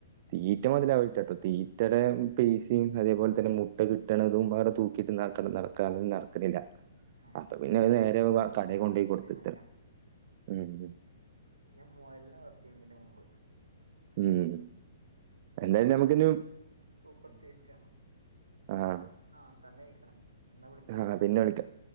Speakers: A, on the right (about 40°); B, on the right (about 75°).
A: തീറ്റ മുതല ആ വിട്ടാട്ടോ. തീറ്റടെ പേസിം അതേപലെന്നെ മുട്ട കി ട്ടണതുംപാടെ തൂക്കിട്ട് നടക്കണം, നടക്കാനും നടക്ക്ണില്ല
B: ഉം
A: അപ്പൊ പിന്നെ അനേരെ വ കടെ കൊണ്ടോയ് കൊടുത്ത്
B: അതെ
A: ഉം ഉം
B: ഞാൻ മുയലിനെ വള്ർത്തിന്ന് തിന്റെ മുമ്പ്
A: ഉം എന്തായാലും
B: മുയലും
A: നമുക്ക്നു
B: സൂപ്പർ ടേസ്റ്റ
A: ആഹ്
B: ആഹ് സമയയ്ക്ക്ണ് എന്നാ വിളിക്ക
A: ആഹ് പിന്നെ വിളിക്ക